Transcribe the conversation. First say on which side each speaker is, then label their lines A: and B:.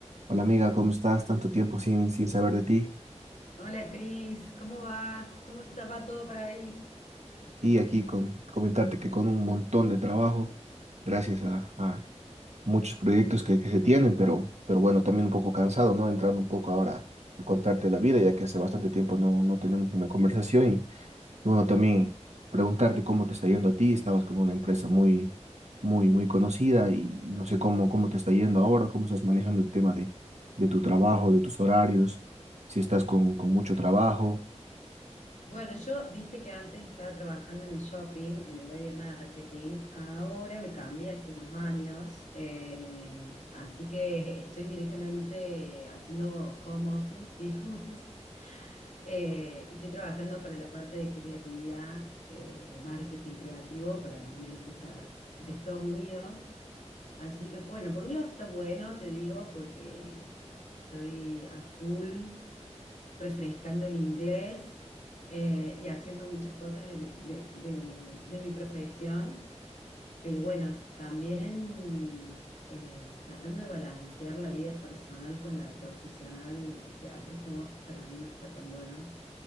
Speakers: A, on the right; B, on the left.
A: Hola amiga, ¿cómo estás? Tanto tiempo sin, sin saber de ti.
B: Hola Cris, ¿cómo va? ¿Cómo te va todo por ahí?
A: y aquí con comentarte que con un montón de trabajo, gracias a, a muchos proyectos que, que se tienen, pero, pero bueno, también un poco cansado, ¿no? Entrando un poco ahora a contarte la vida, ya que hace bastante tiempo no, no tenemos una conversación. Y, y bueno, también preguntarte cómo te está yendo a ti. Estabas con una empresa muy, muy, muy conocida y no sé cómo, cómo te está yendo ahora, cómo estás manejando el tema de, de tu trabajo, de tus horarios, si estás con, con mucho trabajo.
B: Bueno, yo viste que antes estaba trabajando en el shopping, en el área de marketing. Ahora me cambié hace unos años, eh, así que estoy directamente haciendo home office, <laughs> digamos. Eh, y estoy trabajando para la parte de creatividad, eh, de marketing creativo para una empresa de Estados Unidos. Así que bueno, por un lado está bueno, te digo, porque estoy a full refrescando el inglés eh, y haciendo muchas cosas de mi, de- de- de mi profesión. Pero bueno, también eh, tratando de balancear la vida personal con la profesional, ¿viste? Hacer home office para mí no está tan bueno.